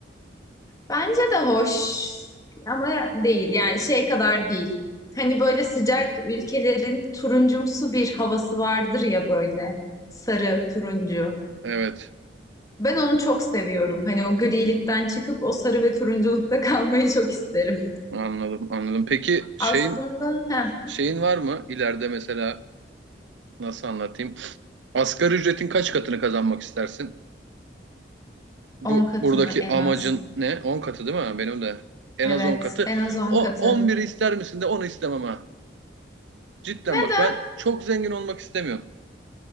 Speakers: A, on the left; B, on the right.
A: Bence de hoş ama değil. Yani şey kadar değil. Hani böyle sıcak ülkelerin turuncumsu bir havası vardır ya böyle. Sarı, turuncu.
B: Evet.
A: Ben onu çok seviyorum. Hani o grilikten çıkıp o sarı ve turunculukta <laughs> kalmayı çok isterim.
B: Anladım, anladım. Peki şeyin
A: Aslında heh,
B: şeyin var mı ileride mesela nasıl anlatayım? Asgari ücretin kaç katını kazanmak istersin? Bu
A: on katını
B: buradaki
A: en
B: amacın
A: az.
B: ne? on katı değil mi? Benim de en
A: Evet,
B: az on katı.
A: en az 10
B: O
A: katı.
B: on biri ister misin de onu istemem ha. Cidden
A: Neden?
B: bak ben çok zengin olmak istemiyorum.